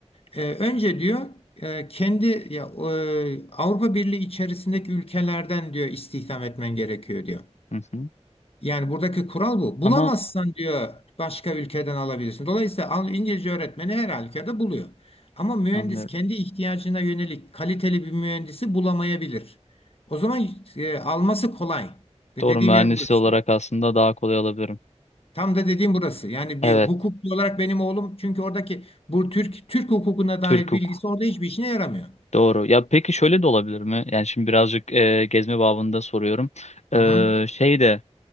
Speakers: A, on the left (about 55°); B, on the left (about 75°).
A: E, önce diyor e, kendi ya e, Avrupa Birliği içerisindeki ülkelerden diyor istihdam etmen gerekiyor diyor.
B: Hı hı.
A: Yani buradaki kural bu. Bulamazsan
B: Ama
A: diyor başka ülkeden alabilirsin. Dolayısıyla Al- İngilizce öğretmeni her halükarda buluyor. Ama mühendis
B: anlıyorum.
A: kendi ihtiyacına yönelik kaliteli bir mühendisi bulamayabilir. O zaman e, alması kolay. Ve
B: Doğru
A: dediğim
B: mühendis
A: yer burası.
B: olarak aslında daha kolay alabilirim.
A: Tam da dediğim burası. Yani
B: Evet,
A: bir hukukçu olarak benim oğlum çünkü oradaki bu Türk Türk hukukuna dair
B: Türk hukuk.
A: bilgisi orada hiçbir işine yaramıyor.
B: Doğru. Ya peki şöyle de olabilir mi? Yani şimdi birazcık e, gezme babında soruyorum. E,
A: Hı hı.
B: şey de